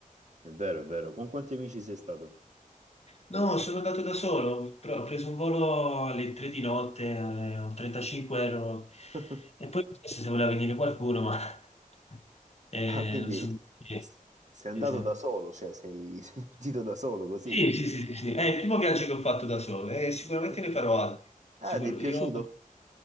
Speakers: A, on the right; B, on the left.
A: è vero, è vero. Con quanti amici sei stato?
B: No, sono andato da solo, però ho preso un volo alle 3 di notte, eh, ho 35 euro,
A: <laughs>
B: e poi ho chiesto se voleva venire qualcuno, ma <laughs> eh,
A: Ah, quindi
B: non so perché.
A: s- sei andato
B: Sì, sì.
A: da solo, cioè sei, <laughs> sei partito da solo così.
B: Sì, sì, sì, sì, sì. È il primo viaggio che ho fatto da solo e sicuramente
A: Eh?
B: ne farò altri.
A: Ah,
B: Sicuro.
A: ti è piaciuto?
B: Io...